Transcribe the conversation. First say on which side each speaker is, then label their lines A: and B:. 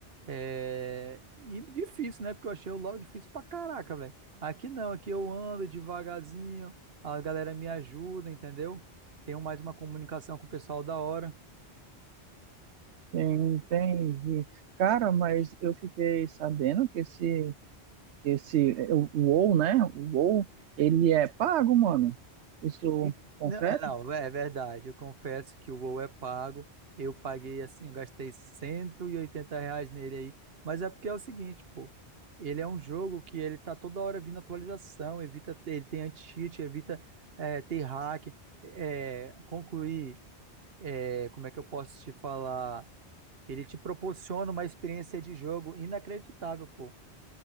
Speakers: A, on the right (about 60°); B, on the right (about 80°).
A: É... E difícil, né? Porque eu achei o LoL difícil pra caraca, velho. Aqui não, aqui eu ando devagarzinho, a galera me ajuda, entendeu? Tenho mais uma comunicação com o pessoal da hora.
B: tem, entendi. Cara, mas eu fiquei sabendo que esse, esse, o o WoW, né? O WoW, ele é pago, mano. Isso
A: E-
B: confere?
A: Não, é não, é verdade. Eu confesso que o Gol é pago. Eu paguei assim, eu gastei 180 reais nele aí. Mas é porque é o seguinte, pô. Ele é um jogo que ele tá toda hora vindo atualização, evita ter, ele tem anti-cheat, evita é, ter hack, é, concluir, é, como é que eu posso te falar? Ele te proporciona uma experiência de jogo inacreditável, pô.